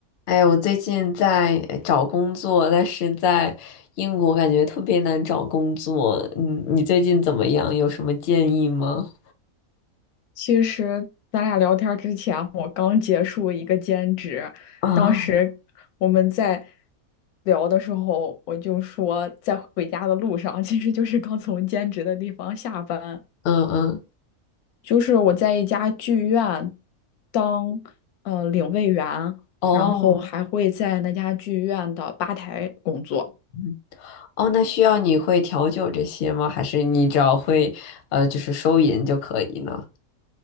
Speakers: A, on the left; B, on the left.
A: 哎，我最近在呃找工作，但是在英国感觉特别难找工作。嗯，你最近怎么样？有什么建议吗？
B: 其实咱俩聊天之前，我刚结束一个兼职，
A: 啊，
B: 当时我们在聊的时候，我就说在回家的路上，其实就是刚从兼职的地方下班，
A: 嗯嗯，
B: 就是我在一家剧院当呃领位员，
A: 哦，
B: 然后还会在那家剧院的吧台工作。
A: 嗯哦，那需要你会调酒这些吗？还是你只要会呃，就是收银就可以呢？